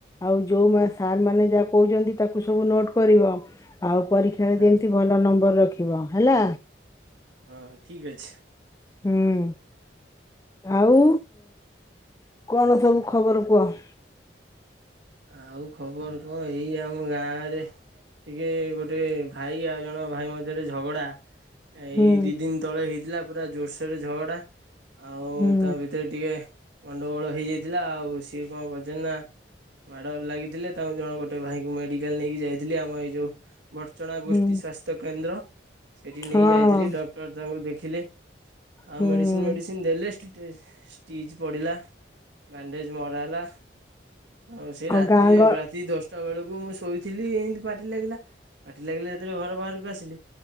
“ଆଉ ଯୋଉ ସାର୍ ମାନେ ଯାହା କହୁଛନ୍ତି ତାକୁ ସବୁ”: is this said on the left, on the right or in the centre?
Left